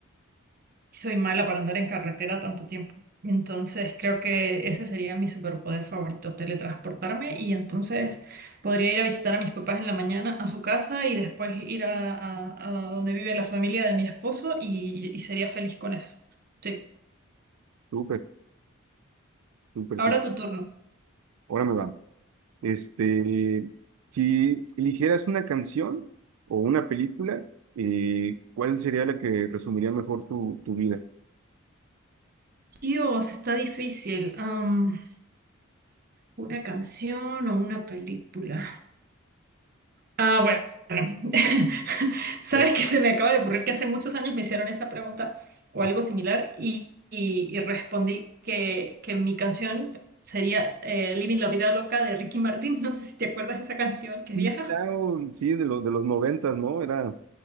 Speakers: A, on the right; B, on the right.
A: y soy mala para andar en carretera tanto tiempo. Entonces creo que ese sería mi superpoder favorito, teletransportarme y entonces podría ir a visitar a mis papás en la mañana a su casa y después ir a, a- a donde vive la familia de mi esposo y, y sería feliz con eso. Sí,
B: súper, súper,
A: ahora
B: súper.
A: tu turno.
B: Ahora me va. Este, si eligieras una canción o una película, eh, ¿cuál sería la que resumiría mejor tu, tu vida?
A: Dios, está difícil. Am, ¿una canción o una película? Ah, bueno. <laughs> Sabes
B: Oh,
A: que se me acaba de ocurrir que hace muchos años me hicieron esa pregunta o
B: ah,
A: algo similar y, y- y respondí que, que mi canción sería eh, Living la Vida Loca de Ricky Martin. <laughs> No sé si te acuerdas de esa canción que
B: sí,
A: es vieja.
B: claro, sí, de los de los noventas, ¿no? Era